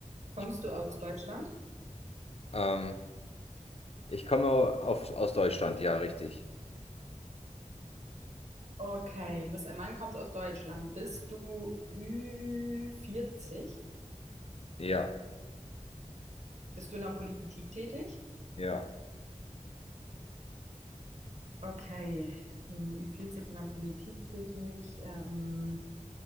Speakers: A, on the right (about 60°); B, on the left (about 50°).
A: Kommst
B: ich,
A: du aus Deutschland?
B: ähm, ich komme auf, aus Deutschland, ja, richtig.
A: Okay, du bist ein Mann, kommst aus Deutschland. Bist du ü vierzig?
B: Ja,
A: Bist du in der Politik tätig?
B: ja.
A: Okay, im ü vierzig in der Politik tätig. Ähm,